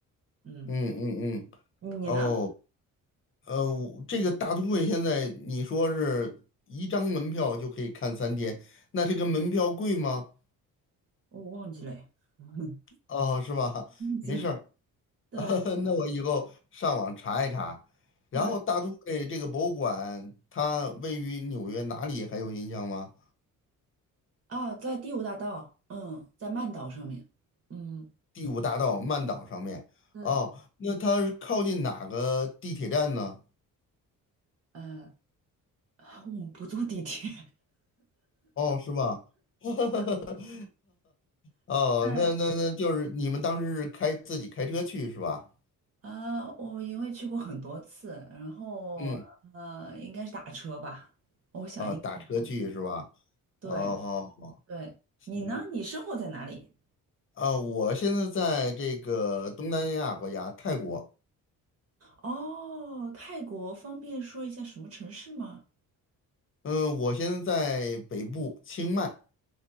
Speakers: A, on the right; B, on the left.
A: 嗯，
B: 嗯嗯嗯，
A: 你呢？
B: 哦。呃，这个大都会现在你说是一张门票就可以看三天，那这个门票贵吗？
A: 我忘记了耶，<laughs> 忘
B: 哦，是吧？没事儿，
A: 记了。对
B: <laughs> 那我以后上网查一查。然后大都会这个博物馆，
A: 对，
B: 它位于纽约哪里还有印象吗？
A: 啊，在第五大道，嗯，在曼岛上面，嗯
B: 第五大道曼岛上面。
A: 对，
B: 哦，那它是靠近哪个地铁站呢？
A: 嗯，我们不坐地铁，
B: 哦，是吧？<laughs> 哦，
A: <laughs> 对，
B: 那那那就是你们当时是开自己开车去是吧？
A: 啊，我因为去过很多次，然后呃，
B: 嗯。
A: 应该是打车吧，我想应该是打车。
B: 啊，打车去是吧？
A: 对
B: 哦，
A: 对，
B: 行，
A: 你呢？你生活在哪里？
B: 啊，我现在在这个东南亚国家泰国，
A: 哦，泰国方便说一下什么城市吗？
B: 嗯，我现在在北部清迈，